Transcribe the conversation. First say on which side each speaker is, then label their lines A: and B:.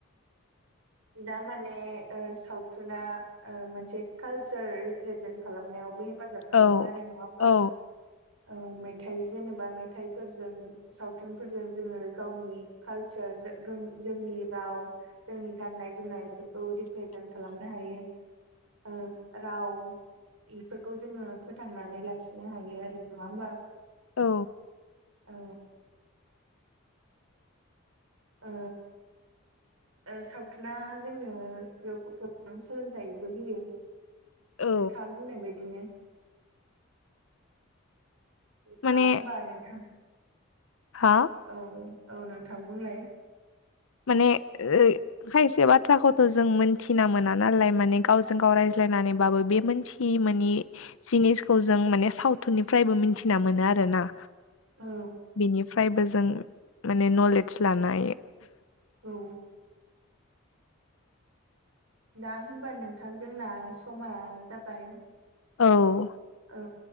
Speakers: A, on the right; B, on the left.
A: दा माने ओ सावथुना मोनसे ओ कालचार रिप्रेजेन्ट खालामनायावबो हेफाजाब खालामो
B: औ
A: आरो नङा होमबा
B: औ
A: औ मेथाइ जेनेबा मेथाइफोरजों सावथुनफोरजों जोङो गावनि कालचार जोंनि राव जोंनि गाननाय जोमनायफोरखौ रिप्रेजेन्ट खालामनो हायो ओ राव बेफोरखौ जोङो फोथांनानै लाखिनो हायो आरो नङा होमबा
B: औ
A: औ ओ ओ सावथुना जोंनो गोबां सोलोंथाइबो होयो नोंथाङा
B: औ
A: बुंनाय बायदिनो ना
B: माने
A: होमबा नोंथां
B: हा
A: औ औ नोंथां बुंलाय
B: माने ओ खायसे बाथ्राखौथ' जों मोनथिना मोना नालाय माने गावजों गाव रायज्लायनानैबाबो बे मोनथि थि मोनि जिनिसखौ जों माने सावथुननिफ्रायबो मिथिना मोनो आरो ना
A: औ
B: बेनिफ्रायबो जों माने नलेज लानाय
A: औ दा होमबा नोंथां जोंना समा जाबाय
B: औ
A: औ